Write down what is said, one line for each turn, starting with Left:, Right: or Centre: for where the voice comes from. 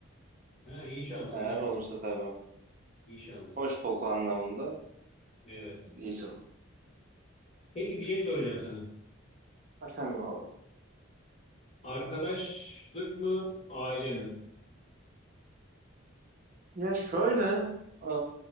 Left: Ha, inşallah,
Right: Eğer
Left: inşallah.
Right: olursa tabii.
Left: İnşallah.
Right: Hoş koku anlamında
Left: Evet.
Right: bir isim.
Left: Peki bir şey soracağım sana.
Right: Efendim abi.
Left: Arkadaşlık mı, aile mi?
Right: Ya şöyle, e,